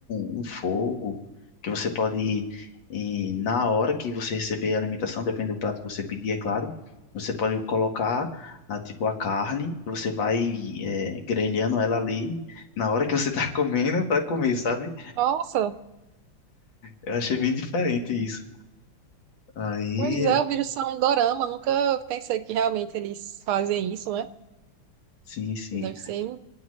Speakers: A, on the left; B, on the right.
A: um fogo que você pode, eh, na hora que você receber a alimentação, depende do prato que você pedir, é claro, você pode colocar a, tipo a carne e você vai eh, grelhando ela ali na hora que você tá <laughs> comendo para comer, sabe?
B: Nossa,
A: Eu achei bem diferente isso. Aí,
B: Pois é, eu vejo só um dorama, nunca pensei que realmente eles fazem isso, né?
A: sim, sim.
B: Deve ser,